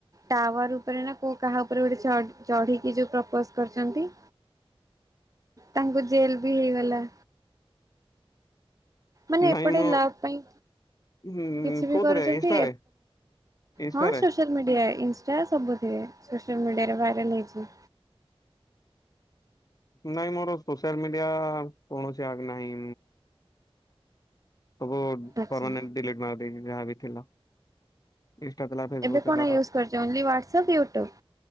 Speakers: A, on the right; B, on the left.
A: ଟାୱାର୍---ଉପରେ ନା କାହା ଉପରେ ଗୋଟେ ଚଢ଼ିକି ଯଉ ପ୍ରପଜ୍‌ କର୍ ଚନ୍ତି। ତାଙ୍କୁ ଜେଲ୍‌ ବି ହେଇଗଲା। ମାନେ
B: ନାଇଁ
A: ଏପଟେ
B: ମୁଁ
A: ଲା ପାଇଁ।
B: ହୁଁ
A: କିଛି ବି
B: କୋଉଥିରେ
A: କରୁଚନ୍ତି।
B: ଇନଷ୍ଟାରେ ଇନଷ୍ଟାରେ?
A: ସୋସିଆଲ୍ ମିଡ଼ିଆ, ଇନ୍‌ଷ୍ଟା ସବୁଥିରେ ସୋସିଆଲ୍ ମିଡ଼ିଆରେ ଭାଇରାଲ୍ ହେଇଚି।
B: ନାଇଁ ମୋର ସୋସି--ଲ୍ ମିଡ଼ିଆ କୌଣସି ଆ ନାହିଁ। ସବୁ
A: ଆଚ୍ଛା
B: ପରମାନେଣ୍ଟ୍ ଡ଼ିଲେଟ୍ ମାର୍ ଦେଇଚି ଯାହାବି ଥିଲା। ଇ--ଷ୍ଟା ଥିଲା ଫେସବୁକ୍
A: ଏବେ କ'ଣ
B: ଥିଲା
A: ଇୟୁସ୍‌ କ--ଚ? Only WhatsApp, YouTube.